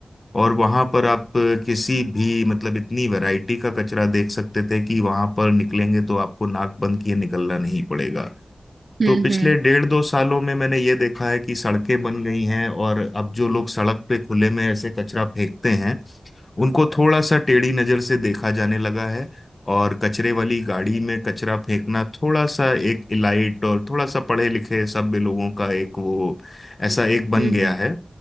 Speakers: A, on the left; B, on the right.
A: और वहां पर आप किसी भी मतलब इतनी वैरायटी का कचरा देख सकते थे कि वहां पर निकलेंगे तो आपको नाक बंद किए निकलना नहीं पड़ेगा
B: हम्म
A: तो पिछले
B: हम्म
A: डेढ़ दो सालों में मैंने ये देखा है कि सड़कें बन गई हैं और अब जो लोग सड़क पे खुले में ऐसे कचरा फेंकते हैं उनको थोड़ा सा टेढ़ी नजर से देखा जाने लगा है और कचरे वाली गाड़ी में कचरा फेंकना थोड़ा सा एक इलाइट और थोड़ा सा पढ़े लिखे सभ्य लोगों का एक वो ऐसा एक बन
B: हम्म
A: गया है